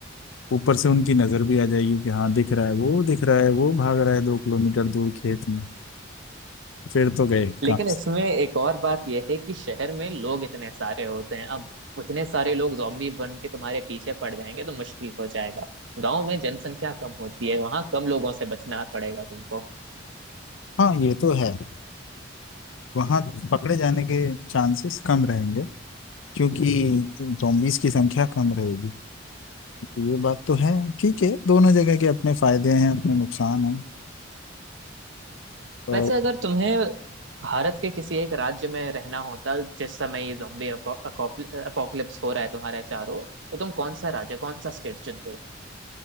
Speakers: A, on the left; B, on the right.
A: ऊपर से उनकी नजर भी आ जाएगी कि हाँ दिख रहा है वो दिख रहा है वो भाग रहा है दो किलोमीटर दूर खेत में फिर तो गए
B: लेकिन
A: काम
B: इसमें एक और बात यह है कि शहर में लोग इतने सारे होते हैं अब उतने सारे लोग जॉम्बी बन के तुम्हारे पीछे पड़ जाएंगे तो मुश्किल हो जाएगा गांव में जनसंख्या कम होती है वहां कम लोगों से बचना पड़ेगा तुमको
A: हाँ ये तो है वहां पकड़े जाने के चांसेस कम रहेंगे क्योंकि zombies की संख्या कम रहेगी तो ये बात तो है ठीक है दोनों जगह के अपने फायदे हैं अपने नुकसान हैं और
B: वैसे अगर तुम्हें भारत के किसी एक राज्य में रहना होता जिस समय ये जॉम्बी अपोकलिप्स हो रहा है तुम्हारे चारों तो तुम कौन सा राज्य कौन सा स्टेट चुनते